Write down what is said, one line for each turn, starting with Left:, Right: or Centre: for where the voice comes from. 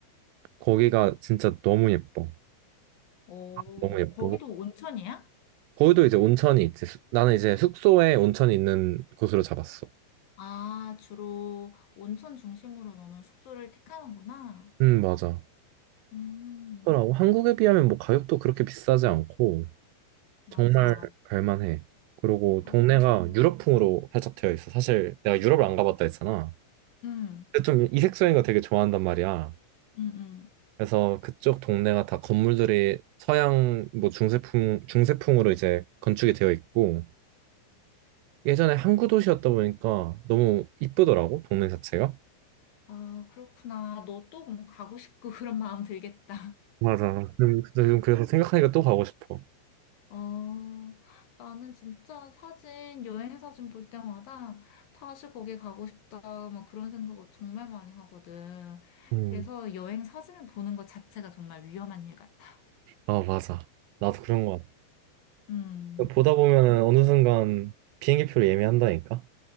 Right: 거기가 진짜 너무 예뻐.
Left: 어,
Right: 너무 예쁘고
Left: 거기도 온천이야?
Right: 거기도 이제 온천이 있지. 숙- 나는 이제 숙소에 온천이 있는 곳으로 잡았어.
Left: 아, 주로 온천 중심으로 너는 숙소를 택하는구나.
Right: 음, 맞아.
Left: 음,
Right: 그러고 한국에 비하면 뭐 가격도 그렇게 비싸지 않고
Left: 맞아.
Right: 정말 갈만해. 그리고
Left: 어,
Right: 동네가 유럽풍으로 살짝 되어 있어. 사실 내가 유럽을 안 가봤다 했잖아.
Left: 음,
Right: 근데 좀 이색적인 거 되게 좋아한단 말이야.
Left: 음, 음.
Right: 그래서 그쪽 동네가 다 건물들이 서양 뭐 중세풍 중세풍으로 이제 건축이 되어 있고 예전에 항구 도시였다 보니까 너무 이쁘더라고 동네 자체가.
Left: 아, 그렇구나. 너또 뭐 가고 싶고 <laughs> 그런 마음 들겠다.
Right: 맞아. 음, 요즘 그래서 생각하니까 또 가고 싶어.
Left: 어, 나는 진짜 사진, 여행 사진 볼 때마다 다시 거기 가고 싶다, 막 그런 생각을 정말 많이 하거든.
Right: 음.
Left: 그래서 여행 사진을 보는 것 자체가 정말 위험한 일 같아.
Right: 아, 맞아. 나도 그런 거
Left: 음.
Right: 같아. 보다 보면은 어느 순간 비행기 표를 예매한다니까?